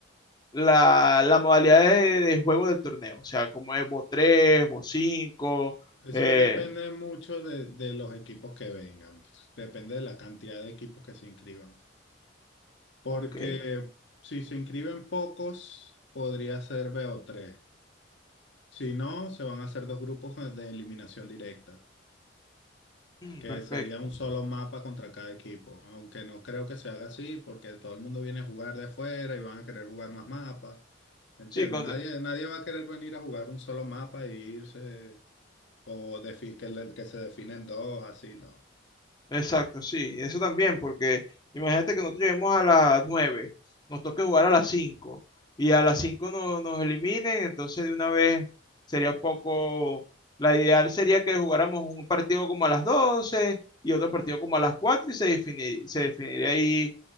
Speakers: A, on the left; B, on the left.
A: la, la modalidad de, de juego del torneo, o sea, como es vos 3, vos 5?
B: Eso
A: eh,
B: depende mucho de, de los equipos que vengan, depende de la cantidad de equipos que se inscriban. Porque
A: ok,
B: si se inscriben pocos, podría ser B o tres Si no, se van a hacer dos grupos de eliminación directa,
A: Mm,
B: que
A: perfecto.
B: sería un solo mapa contra cada equipo. Aunque no creo que se haga así, porque todo el mundo viene a jugar de afuera y van a querer jugar más mapas. ¿Entiendes?
A: Sí, con-
B: Nadie, nadie va a querer venir a jugar un solo mapa e irse, o defi- que, le- que se definen dos, así no.
A: Exacto, sí, eso también, porque imagínate que nosotros lleguemos a las 9, nos toque jugar a las 5 y a las 5 no- nos eliminen, entonces de una vez sería un poco, la ideal sería que jugáramos un partido como a las 12 y otro partido como a las 4 y se defini- se definiría ahí